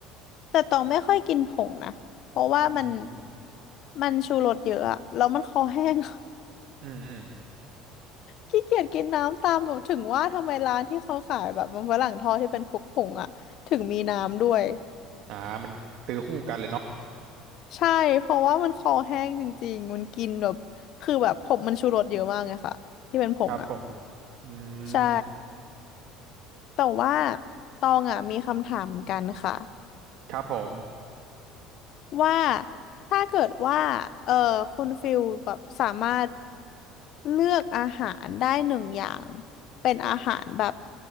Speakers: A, on the left; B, on the right.
A: แต่ตองไม่ค่อยกินผงนะเพราะว่ามัน
B: ำอืม
A: มันชูรสเยอะอะ แล้วมันคอแห้ง <laughs>
B: อืมอืม
A: ขี้เกียจกินน้ำตามแบบถึงว่าทำไมร้านที่เขาขายแบบมันฝรั่งทอดที่เป็นคลุกผงอะถึงมีน้ำด้วย
B: อ่ามันซื้อคู่กันเลยเนาะ
A: ใช่เพราะว่ามันคอแห้งจริงๆ มันกินแบบคือแบบผงมันชูรสเยอะมากไงค่ะที่เป็นผงอะ
B: ครับผมอื
A: ใช่
B: ม
A: แต่ว่าตองอะมีคำถามเหมือนกันค่ะ
B: ครับผม
A: ว่าถ้าเกิดว่าเออคุณฟิลแบบสามารถ เลือกอาหารได้หนึ่งอย่างเป็นอาหารแบบ